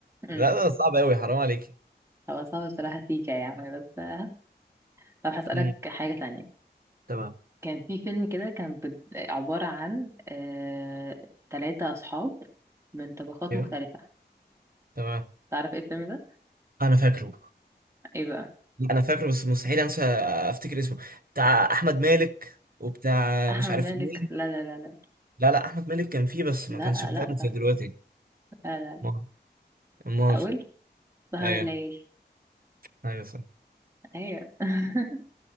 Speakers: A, on the right (about 15°); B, on the right (about 55°).
A: امم
B: لا ده صعب قوي حرام عليك
A: هو صعب بصراحة فيك يعني بس آه، طب هسألك
B: مم.
A: حاجة تانية
B: تمام
A: كان في فيلم كده كان بت- عبارة عن آه تلاتة أصحاب من طبقات
B: كده
A: مختلفة
B: تمام
A: تعرف ايه الفيلم ده؟
B: انا فاكره
A: ايه بقى؟
B: انا فاكره بس مستحيل انسى افتكر اسمه بتاع احمد مالك وبتاع
A: <laughs> أحمد
B: مش عارف
A: مالك
B: مين
A: لا لا لا لا
B: لا لا احمد مالك كان فيه بس
A: لا
B: ما كانش بدقنه
A: لا
B: زي
A: لا
B: دلوقتي
A: لا
B: امال امال
A: حاولت سهر
B: ايوه
A: الليل
B: ايوه صح
A: ايوه <laughs>